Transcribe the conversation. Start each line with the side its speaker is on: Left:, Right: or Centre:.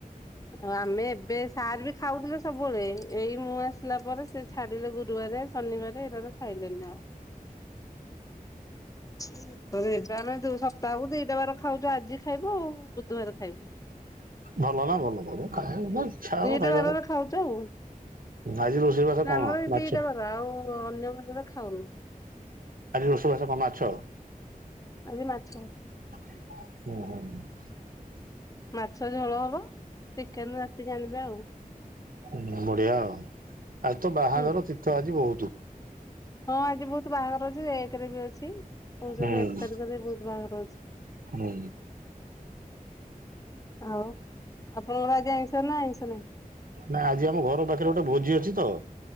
Left: ଆଉ ଆମେ ଏବେ ସାର ବି ଖାଉଥିଲେ ସବୁବେଳେ ଏଇ ମୁଁ ଆସିଲା ପରେ ସେ ଛାଡିଲେ ଗୁରୁବାରେ ବାରେ ଶନିବାର ଏଇଟାରେ ଖାଇଲେନି ଆଉ। <unintelligible> ସପ୍ତାହକୁ ଦିଟା ବାର ଖାଉଛୁ ଆଜି ଖାଇବୁ ଆଉ ବୁଧବାର ଖାଇବୁ।
Right: ଭଲ ନା ଭଲ। ଭଲ ଖାଇବା
Left: ହୁଁ
Right: ଇଚ୍ଛା ହବ
Left: ଦିଟା
Right: ଖାଇବାର
Left: ବାରରେ ଖାଉଚୁ ଆଉ। ନା
Right: ଆଜି ରୋଷେଇ ବାସ କଣ
Left: ଆମର ଏ
Right: ମାଛ?
Left: ଦିଟା ବର ଆଉ ଅନ୍ୟ ବର ରେ ଖାଉନୁ।
Right: ଆଜି ରୋଷେଇ ବସରେ କଣ ମାଛ।
Left: ଆଜି ମାଛ
Right: ହୁଁ।
Left: ମାଛ ଝୋଳ ହବ ଚିକେନ ରାତିକି ଆଣିବେ ଆଉ
Right: ହୁଁ ବଢିଆ ଆଉ ଆଉ ତ ବାହାଘର
Left: ହୁଁ
Right: ତୀର୍ଥ ଆଜି ବହୁତ।
Left: ହଁ ଆଜି ବହୁତ ବାହାଘର ଅଛି ଏକରେ ବି ଅଛି। କହୁଛନ୍ତି
Right: ହୁଁ।
Left: ଏକ୍ ତାରିଖରେ ବହୁତ ବାହାଘର ଅଛି।
Right: ହୁଁ
Left: ଆଉ ଆପଣଙ୍କର ଆଜି ଆଇଁଷ ନା ଆଇଁଷ ନାହିଁ।
Right: ନାଇଁ ଆଜି ଆମ ଘର ପାଖରେ ଗୋଟେ ଭୋଜି ଅଛି ତ।